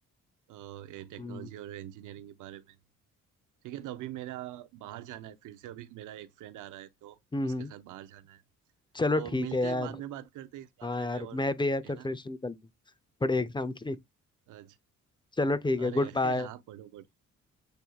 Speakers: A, on the right; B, on the left.
A: अ, ये टेक्नोलॉजी
B: हम्म
A: और इंजीनियरिंग के बारे में ठीक है तो अभी मेरा बाहर जाना है फिर से अभी मेरा एक फ्रेंड आ रहा है तो
B: हम्म
A: उसके
B: हम्म।
A: साथ बाहर जाना है
B: चलो
A: तो
B: ठीक
A: मिलते
B: है यार
A: हैं बाद में बात करते हैं इस बारे
B: हाँ यार
A: में और
B: मैं भी यार
A: है
B: प्रिपरेशन
A: ना
B: कर लूँ बड़े एग्जाम की
A: अच्छा
B: चलो ठीक है
A: अरे
B: good
A: <laughs>
B: bye
A: हाँ पढ़ो पढ़ो